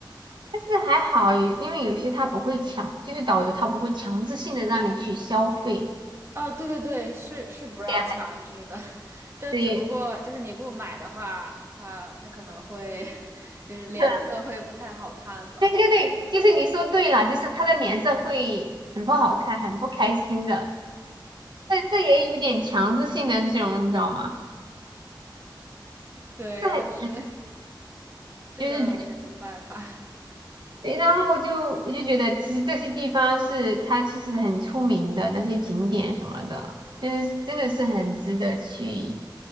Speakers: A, on the right (about 70°); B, on the right (about 35°).
A: 但是还好，有因为有些他不会强，就是导游他不会强制性的让你去消费。
B: 哦，对对对，是是不让强制的，
A: 对呀，
B: <laughs> 但只不过就是你不买的话，
A: 对
B: 他他可能会 <laughs> 就是脸色会不太好看吧。
A: <laughs> 对对对，就是你说对了，就是他的脸色会很不好看，很不开心的。这这也有点强制性的这种，你知道吗？
B: 对，
A: 这很
B: 但是 <laughs> 这种也没办法。
A: 就是觉
B: <laughs>
A: 对然后我就我就觉得，其实这些地方是它其实很出名的那些景点什么的，就是真的是很值得去